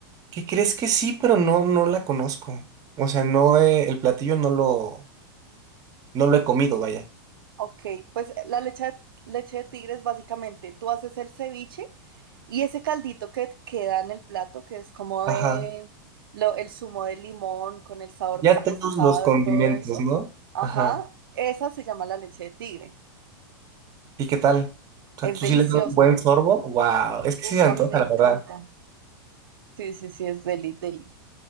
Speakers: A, on the right; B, on the right.
A: ¿Qué crees que sí, pero no, no la conozco? O sea, no, he- el platillo no lo, no lo he comido, vaya.
B: Ok, pues la leche, de- leche de tigre es básicamente, tú haces el ceviche y ese caldito que queda en el plato, que es como
A: Ajá.
B: de lo- el zumo de limón con el sabor
A: Ya
B: del pescado
A: todos los condimentos,
B: y todo eso.
A: ¿no?
B: Ajá,
A: Ajá.
B: esa se llama la leche de tigre.
A: ¿Y qué tal? O sea,
B: Es
A: ¿tú
B: deliciosa.
A: sí le das un buen sorbo? Wow, es que sí
B: Uf,
A: se antoja,
B: a mí me
A: la
B: encanta.
A: verdad.
B: Sí, sí, sí, es deli, deli.